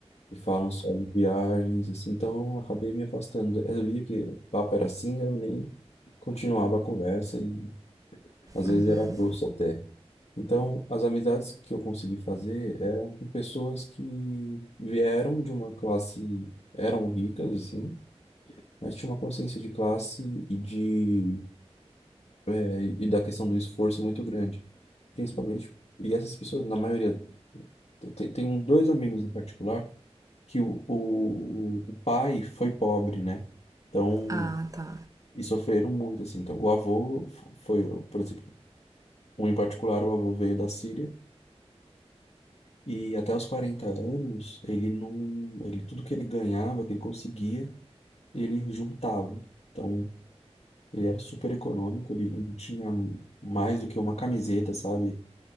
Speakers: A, on the left (about 75°); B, on the right (about 30°).
A: Que falam só de viagens, assim, então eu acabei me afastando. Eu via que o papo era assim, eu nem continuava a conversa e às vezes
B: Uhum.
A: era grosso até. Então, as amizades que eu consegui fazer eram com pessoas que vieram de uma classe, eram ricas, assim, mas tinha uma consciência de classe e de é, e da questão do esforço muito grande, principalmente. E essas pessoas, na maioria, tem, tem um- dois amigos em particular que o, o, o pai foi pobre, né? Então,
B: Ah, tá.
A: e sofreram muito, assim. Então, o avô fo- foi, por exemplo, um em particular, o avô veio da Síria e até os 40 anos, ele não, ele tudo que ele ganhava, que ele conseguia, ele juntava. Então Ele era super econômico, ele não tinha mais do que uma camiseta, sabe?